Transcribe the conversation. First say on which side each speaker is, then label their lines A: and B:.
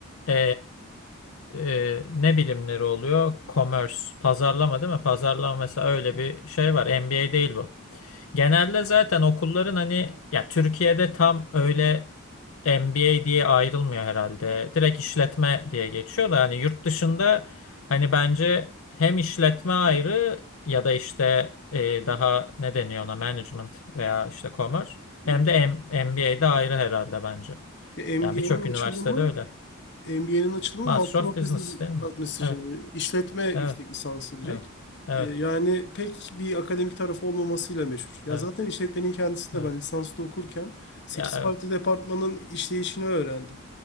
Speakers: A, on the left; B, on the left.
A: E, e, ne bilimleri oluyor? Commerce, pazarlama değil mi? Pazarlama mesela öyle bir şey var. MBA değil bu. Genelde zaten okulların hani ya Türkiye'de tam öyle MBA diye ayrılmıyor herhalde. Direkt işletme diye geçiyor da hani yurt dışında hani bence hem işletme ayrı ya da işte e, daha ne deniyor ona management veya işte commerce
B: Yani,
A: hem de M- m b MBA'de ayrı herhalde bence.
B: ya
A: Yani
B: MBA'nin
A: birçok üniversitede
B: açılımı
A: öyle.
B: MBA'nin açılımı
A: Master
B: Master
A: of
B: of
A: Business
B: Business
A: değil mi?
B: Administration
A: Evet.
B: işletme yüksek
A: Evet.
B: lisansı direkt.
A: Evet. Evet.
B: Ee, yani pek bir akademik tarafı olmamasıyla meşhur. Ya
A: Evet.
B: zaten işletmenin kendisi de
A: Evet.
B: ben lisansta okurken sekiz
A: Ya evet.
B: farklı departmanın işleyişini öğrendim.